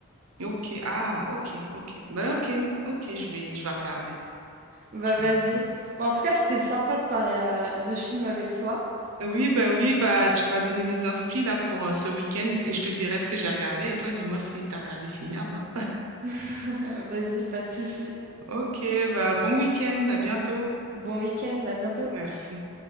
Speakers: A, on the right; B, on the right.
A: Ok, ah, ok, ok. Bah ok, ok, je vais, je vais regarder.
B: Bah
A: Je
B: vas-y.
A: vais regarder.
B: Bon, en tout cas, c'était sympa de parler euh, de films avec toi.
A: Oui, bah oui, bah tu m'as donné des inspi là pour euh, ce week-end et je te dirai ce que j'ai regardé. Et toi, dis-moi si t'as regardé Sinners, hein.
B: <laughs> Vas-y, pas de souci.
A: Ok, bah bon week-end, à bientôt.
B: Bon week-end, à bientôt.
A: Merci.